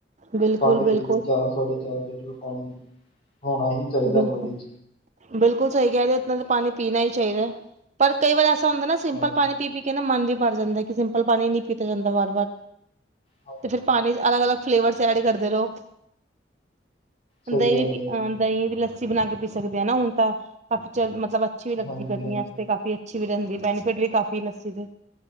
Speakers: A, on the right; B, on the left.
A: ਬਿਲਕੁਲ
B: ਪੰਜ ਲੀਟਰ,
A: ਬਿਲਕੁਲ
B: ਚਾਰ ਸਾਢੇ ਚਾਰ ਲੀਟਰ ਪਾਣੀ ਹੋਣਾ ਹੀ ਚਾਹੀਦਾ
A: ਬਿਲਕੁਲ।
B: ਬੋਡੀ 'ਚ
A: ਬਿਲਕੁਲ ਸਈ ਕਹਿ ਰਏ ਓ, ਇਤਨਾ ਤਾਂ ਪਾਣੀ ਪੀਣਾ ਈ ਚਾਹੀਦਾ ਪਰ ਕਈ ਵਾਰ ਐਸਾ ਹੁੰਦਾ ਨਾ
B: ਹਾਂਜੀ,
A: ਸਿੰਪਲ ਪਾਣੀ ਪੀ-ਪੀ ਕੇ ਨਾ ਮਨ ਵੀ ਭਰ ਜਾਂਦਾ ਕਿ ਸਿੰਪਲ ਪਾਣੀ ਨੀ ਪੀਤਾ ਜਾਂਦਾ ਵਾਰ-ਵਾਰ।
B: ਹਾਂਜੀ-ਹਾਂਜੀ,
A: ਤੇ ਫਿਰ ਪਾਣੀ ਚ ਅਲੱਗ-ਅਲੱਗ ਫਲੇਵਰਸ ਐਡ ਕਰਦੇ ਰਓ।
B: ਸਹੀ
A: ਦਹੀਂ
B: ਗੱਲ
A: ਪੀ
B: ਹੈ ਜੀ,
A: ਅ ਦਹੀਂ ਦੀ ਲੱਸੀ ਬਣਾ ਕੇ ਪੀ ਸਕਦੇ ਹਾਂ ਨਾ ਹੁਣ ਤਾਂ ਕਾਫ਼ੀ ਚ ਮਤਲਬ। ਅੱਛੀ ਵੀ ਲੱਗਦੀ
B: ਹਾਂਜੀ-ਹਾਂਜੀ,
A: ਗਰਮੀਆਂ ਚ ਤੇ ਕਾਫੀ ਅੱਛੀ ਵੀ ਰਹਿੰਦੀ ਬੈਨੀਫਿਟ ਵੀ ਕਾਫੀ ਲੱਸੀ ਦੇ